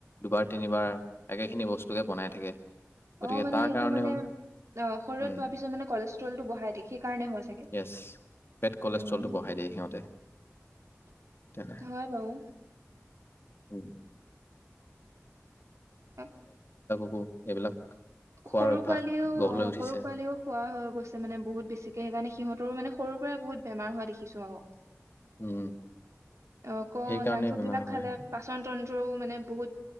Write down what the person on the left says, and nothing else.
দুবাৰ তিনিবাৰ একেখিনি বস্তুকে বনাই থাকে গতিকে
তাৰ
কাৰণেও
উম
য়েছ বেড কলেষ্ট্ৰলটো
বঢ়াই দিয়ে সিহঁতে তেনে
উম
আ এইবিলাক খোৱাৰ
অভ্যাস
গঢ় লৈ উঠিছে
উম
সেইকাৰণে
বেমাৰ
হয়